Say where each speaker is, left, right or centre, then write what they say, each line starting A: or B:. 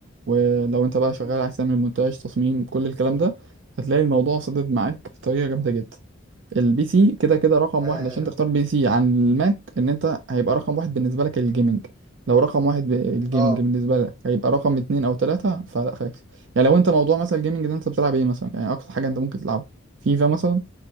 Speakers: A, on the right (about 60°); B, on the right (about 20°).
A: ولو انت بقى شغال
B: مم.
A: عايز تعمل مونتاج تصميم كل الكلام ده هتلاقي الموضوع صدد معاك
B: مم.
A: بطريقه جامده جدا البي سي كده كده رقم
B: اه
A: واحد عشان تختار بي سي عن الماك ان انت هيبقى رقم واحد بالنسبه لك الجيمنج لو رقم واحد ب- الجيمنج
B: آه.
A: بالنسبه لك هيبقى رقم اتنين او تلاته فلا خلاص يعني لو انت موضوع مثلا الجيمنج ده انت بتلعب ايه مثلا يعني اقصى حاجه انت ممكن تلعبها فيفا مثلا